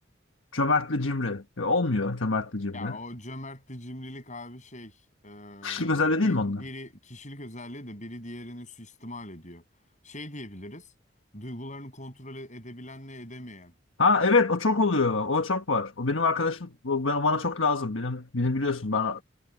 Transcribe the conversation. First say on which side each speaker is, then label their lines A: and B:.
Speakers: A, on the left; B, on the left.
A: cömertle cimri. E, olmuyor cömertle cimri.
B: Ya o cömertli cimrilik abi şey e,
A: Kişilik özelliği
B: bir,
A: değil mi onlar?
B: biri kişilik özelliği de biri diğerini suistimal ediyor. Şey diyebiliriz duygularını kontrol edebilenle edemeyen.
A: Ha evet o çok oluyor. O çok var. O benim arkadaşım. O ben- bana çok lazım. Benim, benim biliyorsun. Ben